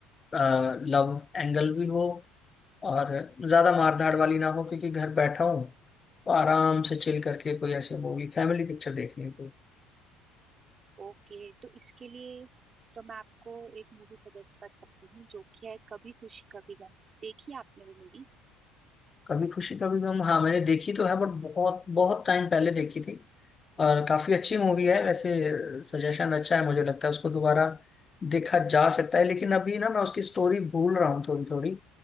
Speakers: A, on the left; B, on the right.
A: लव एंगल भी हो और ज्यादा मारधाड़ वाली ना हो क्योंकि घर बैठा हूँ तो आराम से चिल करके कोई ऐसी मूवी फैमिली पिक्चर देखनी है
B: ओके तो इसके लिए तो मैं आपको एक मूवी सजेस्ट कर सकती हूँ जो कि है कभी खुशी कभी गम देखी है आपने वो मूवी
A: कभी खुशी कभी गम हाँ मैंने देखी तो है बट बहुत बहुत टाइम पहले देखी थी और काफी अच्छी मूवी है वैसे सजेशन अच्छा है मुझे लगता है उसको दोबारा देखा जा सकता है लेकिन अभी ना मैं उसकी स्टोरी भूल रहा हूँ थोड़ी थोड़ी